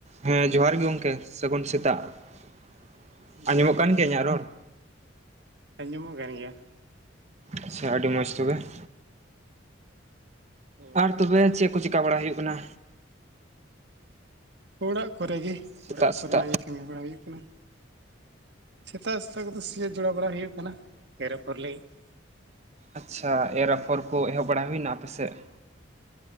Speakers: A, on the right; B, on the right.
A: ᱦᱮᱸ ᱡᱚᱦᱟᱨ ᱜᱮ ᱜᱚᱝᱠᱮ ᱥᱟᱹᱜᱩᱱ ᱥᱮᱛᱟᱜ <unintelligible>
B: ᱡᱚᱦᱟᱨ
A: ᱟᱸᱡᱚᱢᱚᱜ
B: ᱜᱮ
A: ᱠᱟᱱ ᱜᱮᱤᱭᱟᱹ ᱤᱧᱟᱹᱜ ᱨᱚᱲ?
B: ᱟᱸᱡᱚᱢᱚᱜ ᱠᱟᱱ ᱜᱮᱭᱟ ᱾
A: ᱟᱪᱪᱷᱟ ᱟᱹᱰᱤ ᱢᱚᱸᱡᱽ ᱛᱚᱵᱮ ᱾
B: ᱦᱳᱭ
A: ᱟᱨ ᱛᱚᱵᱮ ᱪᱮᱫ ᱠᱚ ᱪᱮᱠᱟ ᱵᱟᱲᱟ ᱦᱩᱭᱩᱜ ᱠᱟᱱᱟ?
B: ᱚᱲᱟᱜ ᱠᱚᱨᱮ ᱜᱮ
A: ᱥᱮᱛᱟᱜ
B: ᱾ ᱚᱲᱟᱜ
A: ᱥᱮᱛᱟᱜ
B: ᱠᱚᱨᱮᱱᱟᱜ ᱜᱮ ᱠᱟᱹᱢᱤ ᱵᱟᱲᱟ ᱦᱩᱭᱩᱜ ᱠᱟᱱᱟ ᱾ ᱥᱮᱛᱟᱜ ᱥᱮᱛᱟᱜ ᱠᱚᱫᱚ <unintelligible> ᱥᱤᱭᱳᱜ ᱡᱚᱲᱟᱣ ᱵᱟᱲᱟ ᱦᱩᱭᱩᱜ ᱠᱟᱱᱟ ᱾ <inaudible> <unintelligible> ᱯᱚᱨ ᱞᱟᱹᱜᱤᱫ ᱾
A: ᱟᱪᱪᱷᱟ ᱮᱨ ᱟᱯᱷᱳᱨ ᱠᱚ ᱮᱦᱚᱵ ᱵᱟᱲᱟ ᱦᱩᱭᱱᱟ ᱟᱯᱮ ᱥᱮᱫ?